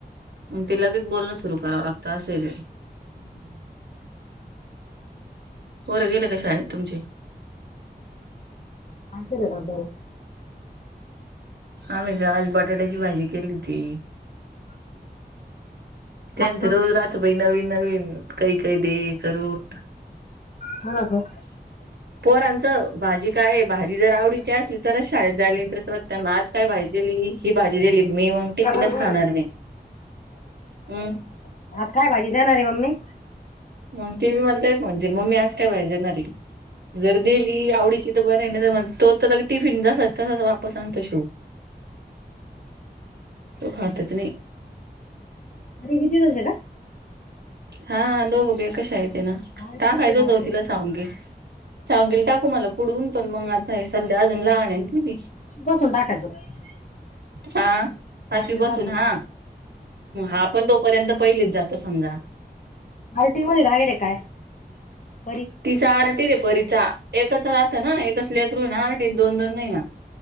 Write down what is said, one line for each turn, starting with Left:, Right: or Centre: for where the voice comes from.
Right: ते लगेचं बोलणं सुंरु करावं लागते असं आहे ते
Left: हं
Right: पोरं गेले कां शाळेत तुमचे
Left: मायचलंड अला <unintelligible>
Right: आम्हीं कां आंज बटाट्यांची भांजी केली होती त्यांचं
Left: आता
Right: रोजं राहतं नवीन नवीन कांहीं कांहीं दे करूंन
Left: कोणाचं
Right: <unintelligible> पोरांचं भांजी कायं भांजी जरं आवडीची असंली तरचं शाळेंत जायलां इंटरेस्टं वाटतंना आंज कायं भांजी दिली ही भांजी दिली मी मंग टिफिनचं
Left: बरोबर
Right: खांणार नाहीं हम्मं
Left: आंज कायं भांजी देणारं आहे मम्मी
Right: मंग ते बी म्हणते मम्मी आंज कायं भांजी देणारं आहे दिली आवडीची बरं आहे तो तरं लंग टिफिन जसां तसांच वापसं आणतो शिव तो खांतचं नाहीं
Left: तुम्हीं बिझीनव्ह त्यां कां
Right: हां दोघ बी एकांच शाळेत आहे नां
Left: आरटी
Right: टांकाचं
Left: मध्ये लागेल
Right: होतं
Left: का
Right: तिला सांऊगे सांऊगे टाकूं म्हणंला पुढूंन पणं म्हणतां हे संध्या अजूंन लहांन आहे ती बी.
Left: बसूंन टाकायचं
Right: हां
Left: पाचवी
Right: पाचंवी बसूंन
Left: पासून
Right: हां हां पणं दो पर्यंत पहिलीत जातो समजां
Left: अलंटी मध्यें रागेलं कायं बरी
Right: तिचां आरटी दे परीचां एकचं राहतं नां एकचं लेकरूं आरटी दोन दोन नाहिंनां